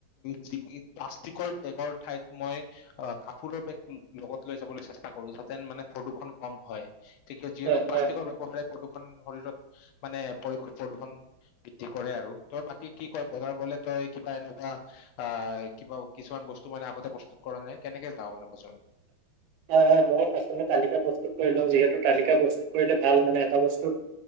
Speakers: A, on the left; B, on the right.
A: যি ই প্লাষ্টিকৰ বেগৰ ঠাইত মই অ কাপোৰৰ বেগ লগত লৈ যাবলৈ চেষ্টা কৰো যাতেন মানে প্ৰদূৰণ কম হয় ঠিকে যিহেতু
B: হয়
A: প্লাষ্টিকৰ
B: হয়
A: ব্যৱহাৰে প্ৰদূষণ শৰীৰত মানে পৰিৱেশৰ প্ৰদূষণ বৃদ্ধি কৰে আৰু তই বাকী কি কয় বজাৰ গলে তই কিবা এনেকা আহ কিবা কিছুমান বস্তু মানে আগতে প্ৰস্তুত কৰা নাই কেনেকে যাওঁ মানে বজাৰত
B: হয় হয় মই আচলতে তালিকা প্ৰস্তুত কৰি লওঁ যিহেতু তালিকা প্ৰস্তুত কৰিলে ভাল মানে এটা বস্তুত